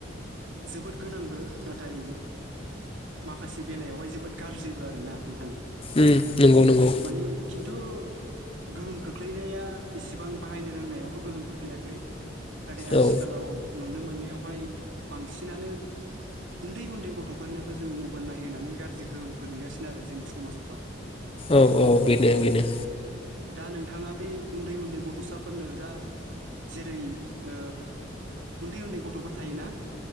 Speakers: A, on the right; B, on the left.
A: जोबोद गोनांबो नाथाय माखासे बेलावहाय जोबोद गाज्रिबो आरो ना नोंथां।
B: उम नंगौ नंगौ
A: माने खिन्थु गोहोम खोख्लैनाया इसिबां बाहायनो रोंनायाव थ' गोहोम खोख्लैयाखै। नाथाय आथिखालाव
B: औ
A: नुनो मोननायाव हाय बांसिनानो उन्दै उन्दै गथ'फोरनोबो जोङो मबाइल नायहोनानै गाज्रि गोहोम गोलैगासिनो आरो जोंनि समाजावहाय।
B: औ औ बेनो बेनो।
A: दा नोंथाङा बै उन्दै उन्दै गथ'साफोरनो जा जेरै ओ उन्दै उन्दै गथ'फोर थायोना